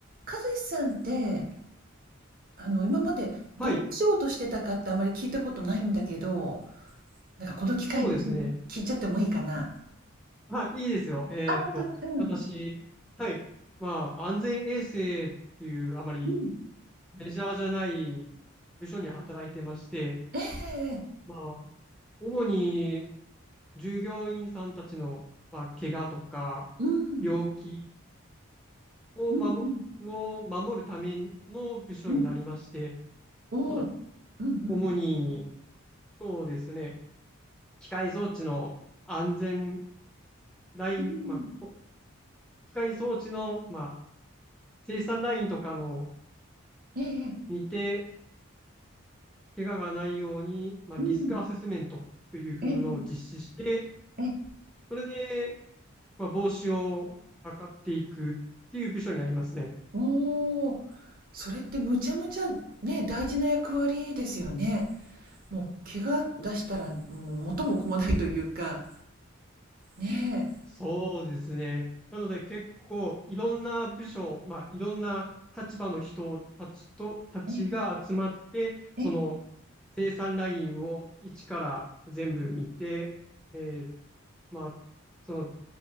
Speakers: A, on the right; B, in the centre.
A: 和志さんって、あの、今までどんな仕事してたかってあまり聞いたことないんだけど、
B: はい、
A: なんかこの機会に聞い聞いちゃってもいいかな。
B: そうですね。はい、いいですよ。えーっと、
A: あ、本当に。うん。
B: 私、はい、まあ、安全衛生っていうあまり
A: うん。
B: メジャーじゃない部署に働いてまして、
A: ええええ。
B: まあ、主に従業員さんたちの、まあ、怪我とか
A: うん。
B: 病気を守、
A: うん
B: を守るための部署になりまして、
A: うんうん。おお。
B: まあ、
A: うんうん。
B: 主に、そうですね、機械装置の安全ライン、
A: うん。
B: まあ、こ機械装置の、ま生産ラインとかの
A: ええええ。
B: 見て、怪我がないように、まあ、
A: うん。
B: リスクアセスメントというふうのを実施して、
A: ええええ。ええ。
B: それで、まあ、防止を図っていくっていう部署にありますね。
A: おお。それってむちゃむちゃね、大事な役割ですよね。もう怪我出したらもう元も子もないというか。ね
B: そうですね。なので結構いろんな部署、まあいろんな立場の人たちと、たちが集まって、
A: え。ええええ。
B: その生産ラインを一から全部見て、えーまあ、その